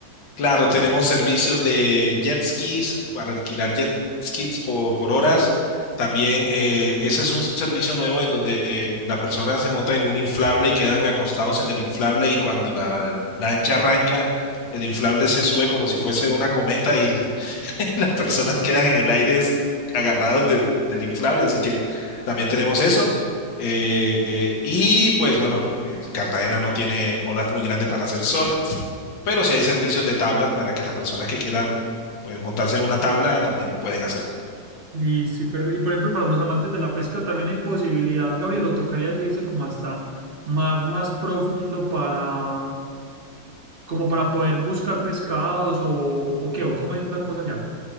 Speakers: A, on the left (about 85°); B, on the right (about 50°).
A: Claro, tenemos servicios de jet skis para alquilar jet skis por, por horas. También eh, ese es un servicio nuevo en donde eh, las personas se montan en un inflable y quedan acostados en el inflable y cuando la lancha arranca, el inflable se sube como si fuese una cometa y <laughs> las personas quedan en el aire es- agarrados del, del inflable. Así que también tenemos eso. Eh, eh, y pues bueno, eh, Cartagena no tiene olas muy grandes para hacer surf pero sí hay servicios de tablas para que las personas que quieran pues montarse en una tabla también pueden hacerlo.
B: Listo, y, per- y por ejemplo, para los amantes de la pesca también hay posibilidad, Gabriel, o tocaría irse como hasta mar más profundo para, como para poder buscar pescados o, o qué, o cómo es la cosa ya.